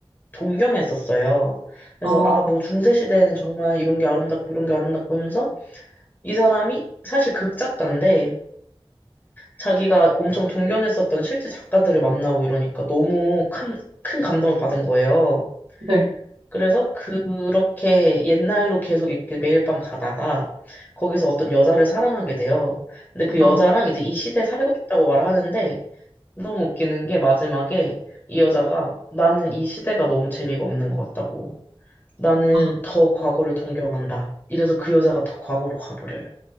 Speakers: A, on the left; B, on the right.
A: 동경했었어요. 그래서
B: 아,
A: 아, 뭐 중세 시대에는 정말 이런 게 아름답고 이런 게 아름답고 하면서 이 사람이 사실 극작가인데 자기가 엄청 동경했었던 실제 작가들을 만나고 이러니까 너무 큰, 큰 감동을 받은 거예요.
B: 네,
A: 그래서 그렇게 옛날로 계속 이렇게 매일 밤 가다가 거기서 어떤 여자를 사랑하게 돼요. 근데 그 여자랑
B: 아,
A: 이제 이 시대에 살고 싶다고 말하는데 너무 웃기는 게 마지막에 이 여자가 나는 이 시대가 너무 재미가 없는 것 같다고. 나는
B: 아.
A: 더 과거를 동경한다. 이래서 그 여자가 더 과거로 가버려요.